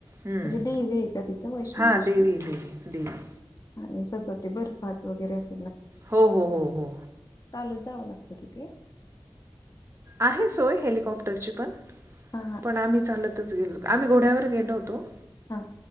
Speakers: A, on the right; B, on the left.
A: हम्म
B: म्हणजे देवी आहे का तिथं वैष्णवी
A: हा
B: माता?
A: देवी देवी देवी.
B: आणि सगळं ते बर्फाच वगैरे अस.
A: हो हो हो हो.
B: चालत जावं लागत तिथे.
A: आहे सोय हेलिकॉप्टरची पण
B: हा हा
A: पण आम्ही चालतच गेलो. आम्ही घोड्यावर गेलो होतो.
B: हा.